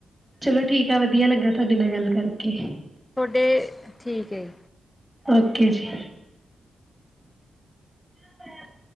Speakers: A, on the right; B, on the left.
A: ਚਲੋ ਠੀਕ ਆ। ਵਧੀਆ ਲੱਗਾ ਤੁਹਾਡੇ ਨਾਲ ਗੱਲ ਕਰਕੇ।
B: ਤੁਹਾਡੇ ਠੀਕ ਏ।
A: ਓਕੇ ਜੀ। <inaudible>